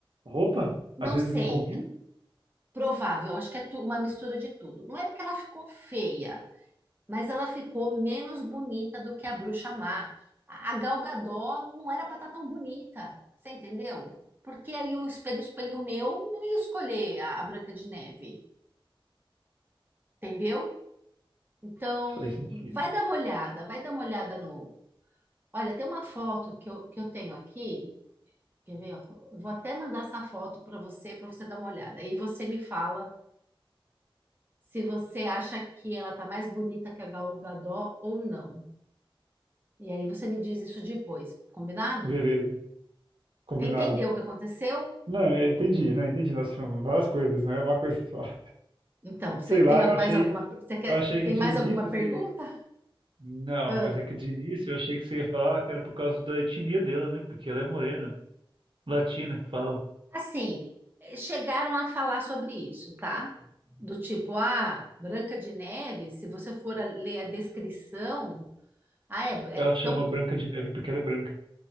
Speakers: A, on the right (about 65°); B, on the right (about 20°).
A: Roupa?
B: Não
A: Às vezes
B: sei,
A: não combina?
B: é provável, eu acho que é tu- uma mistura de tudo. Não é porque ela ficou feia. mas ela ficou menos bonita do que a Bruxa Má. A a Gal Gadot não era para estar tão bonita, você entendeu? Porque aí o espelho, espelho meu, não ia escolher a, a Branca de Neve, entendeu? Então,
A: Faz sentido.
B: vai dar uma olhada, vai dar uma olhada no. Olha, tem uma foto que eu, que eu tenho aqui, quer ver? ó? Eu vou até mandar essa foto para você, para você dar uma olhada. Aí você me fala se você acha que ela tá mais bonita que a Gal Gadot ou não. E aí você me diz isso depois, combinado?
A: Beleza, combinado.
B: Você entendeu o que aconteceu?
A: Não, eu entendi, né? Entendi. Nós falamos várias coisas, não é uma coisa só. <laughs>
B: Então, você
A: Sei
B: tem
A: lá,
B: al-
A: eu achei,
B: mais alguma, você quer,
A: eu achei
B: tem
A: que de
B: mais
A: início
B: alguma pergunta?
A: você. Não,
B: Ah,
A: mas é que de início eu achei que você ia falar que era por causa da etnia dela, né? Porque ela é morena, latina, que falam.
B: Assim, eh, chegaram a falar sobre isso, tá? Do tipo, ah, Branca de Neve, se você for a- ler a descrição, ah, é,
A: Ela
B: é
A: chama
B: tão
A: Branca de Neve porque ela é branca.